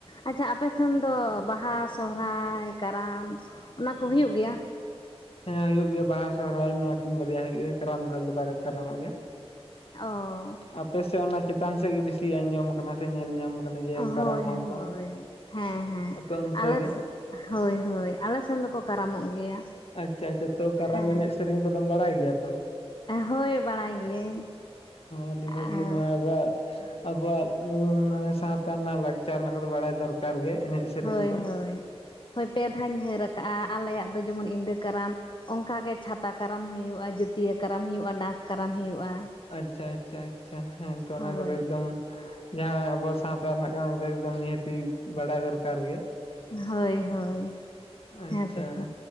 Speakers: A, on the left; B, on the left.
A: ᱟᱪᱪᱷᱟ ᱟᱯᱮᱥᱮᱱ ᱫᱚ ᱵᱟᱦᱟ ᱥᱨᱦᱟᱭ ᱠᱟᱨᱟᱢ ᱚᱱᱟ ᱠᱚ ᱦᱩᱭᱩᱜ ᱜᱮᱭᱟ?
B: ᱦᱮᱸ ᱦᱩᱭᱩᱜ ᱜᱮᱭᱟ ᱵᱟᱦᱟ ᱥᱚᱦᱚᱨᱟᱭ ᱱᱚᱣᱟ ᱠᱤᱱ ᱵᱟᱨᱭᱟ ᱦᱩᱭᱩᱜ ᱜᱮᱭᱟ ᱠᱟᱨᱟᱢ ᱫᱚ ᱟᱞᱮ ᱫᱚ ᱵᱟᱞᱮ ᱠᱟᱨᱟᱢᱚᱜ ᱜᱮᱭᱟ᱾
A: ᱚ
B: ᱟᱯᱮ ᱥᱮᱫ ᱚᱱᱟ ᱪᱮᱛᱟᱱ ᱥᱮᱫ ᱜᱮ ᱵᱤᱥᱤ ᱟᱸᱡᱚᱢ ᱟᱠᱟᱱᱟ ᱥᱮ ᱧᱮᱞ ᱧᱟᱢ ᱠᱟᱱᱟ᱾ ᱚᱱᱮᱡᱮ
A: ᱦᱳᱭ
B: ᱠᱟᱨᱟᱢᱚᱜ
A: ᱦᱳᱭ
B: ᱟᱠᱚ
A: ᱦᱮᱸ ᱦᱮᱸ
B: ᱟᱯᱮ ᱚᱱᱛᱮ
A: ᱟᱞᱮ
B: ᱜᱮ᱾
A: ᱦᱳᱭ ᱦᱳᱭ ᱟᱞᱮᱥᱮᱱ ᱫᱚᱠᱚ ᱠᱟᱨᱟᱢᱚᱜ ᱜᱮᱭᱟ᱾
B: ᱟᱪᱪᱷᱟ ᱛᱚ ᱠᱟᱨᱟᱢ
A: ᱦᱮᱸ
B: ᱮᱱᱮᱡ ᱥᱮᱨᱮᱧ ᱠᱚᱫᱚᱢ ᱵᱟᱲᱟᱭ ᱜᱮᱭᱟ ᱛᱚ?
A: ᱦᱳᱭ ᱵᱟᱲᱟᱭ ᱜᱤᱭᱟᱹᱧ
B: ᱟᱹᱰᱤ
A: ᱟᱨ
B: ᱵᱷᱟᱜᱤ ᱱᱚᱣᱟ ᱟᱵᱚᱣᱟᱜ ᱟᱵᱚᱣᱟᱜ ᱢᱟᱱᱮ ᱥᱟᱶᱛᱟ ᱨᱮᱱᱟᱜ ᱞᱟᱠᱪᱟᱨ ᱚᱱᱟ ᱠᱚᱫᱚ ᱵᱟᱲᱟᱭ ᱫᱚᱨ ᱠᱟᱨᱜᱮ ᱮᱱᱮᱡ ᱥᱮᱨᱮᱧ
A: ᱦᱳᱭ
B: ᱠᱚ
A: ᱦᱳᱭ ᱦᱳᱭ ᱯᱮ ᱫᱷᱟᱣᱧ ᱦᱟᱹᱨ ᱟᱠᱟᱜᱼᱟ ᱟᱞᱮᱭᱟᱜ ᱫᱚ ᱡᱮᱢᱚᱱ ᱤᱱᱫᱟᱹ ᱠᱟᱨᱟᱢ, ᱚᱱᱠᱟᱜᱮ ᱪᱷᱟᱛᱟ ᱠᱟᱨᱟᱢ ᱦᱩᱭᱩᱜᱼᱟ, ᱡᱟᱹᱛᱤᱭᱟᱹ ᱠᱟᱨᱟᱢ ᱦᱩᱭᱩᱜᱼᱟ, ᱰᱟᱜᱽ ᱠᱟᱨᱟᱢ ᱦᱩᱭᱩᱜᱼᱟ,
B: ᱟᱪᱪᱷᱟ ᱟᱪᱪᱷᱟ ᱟᱪᱪᱷᱟ ᱦᱮᱸ ᱛᱚ
A: ᱦᱳᱭ
B: ᱚᱱᱟ ᱠᱚᱫᱚ ᱮᱠᱫᱚᱢ ᱡᱟᱦᱟᱸ ᱟᱵᱚ ᱥᱟᱶᱛᱟ ᱨᱮᱱᱟᱜ ᱠᱟᱱᱟ ᱠᱚᱫᱚ ᱮᱠᱫᱚᱢ ᱱᱤᱦᱟᱹᱛᱤ ᱵᱟᱰᱟᱭ ᱫᱚᱨᱠᱟᱨ ᱜᱮ᱾
A: ᱦᱳᱭ ᱦᱳᱭ᱾
B: ᱟᱪᱪᱷᱟ
A: ᱦᱮᱸ ᱛᱚᱵᱮ